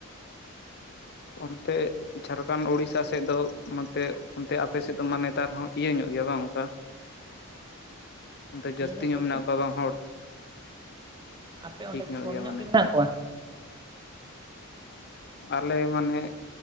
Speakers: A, on the left; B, on the right.
A: ᱚᱱᱛᱮ ᱡᱷᱟᱲᱠᱷᱚᱱᱰ ᱩᱲᱤᱥᱥᱟ ᱥᱮᱫ ᱫᱚ ᱱᱚᱱᱮ ᱚᱱᱛᱮ ᱟᱯᱮ ᱥᱮᱫ ᱫᱚ ᱢᱟ ᱱᱮᱛᱟᱨ ᱦᱚᱸ ᱤᱭᱟᱹ ᱧᱚᱜ ᱜᱮᱭᱟ ᱵᱟᱝ ᱚᱱᱠᱟ
B: <unintelligible>
A: ᱚᱱᱛᱮ ᱡᱟᱹᱥᱛᱤ
B: ᱤᱭᱟᱹ
A: ᱧᱚᱜ
B: ᱵᱚᱞᱛᱮ
A: ᱢᱮᱱᱟᱜ ᱠᱚᱣᱟ ᱵᱟᱝ ᱦᱚᱲ
B: ᱟᱯᱮ
A: ᱴᱷᱤᱠ
B: ᱚᱸᱰᱮ ᱠᱚᱢ
A: ᱜᱮᱭᱟ
B: ᱧᱚᱜ
A: ᱢᱟᱱᱮ
B: ᱜᱮ ᱢᱮᱱᱟᱜ ᱠᱚᱣᱟ
A: ᱟᱞᱮ ᱢᱟᱱᱮ